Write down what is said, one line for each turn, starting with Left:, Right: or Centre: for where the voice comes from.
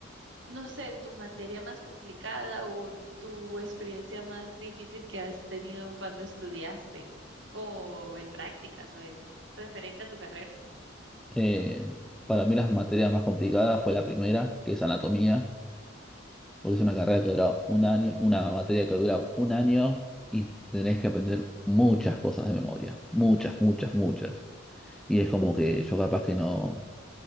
Right: no sé, tu materia más complicada o tu experiencia más difícil que has tenido cuando estudiaste o en prácticas o en referente a tu carrera.
Centre: Eh, para mí las materias más complicadas fue la primera, que es anatomía, porque es una carrera que dura un año, una materia que dura un año y tenés que aprender muchas cosas de memoria, muchas, muchas, muchas. Y es como que yo capaz que no,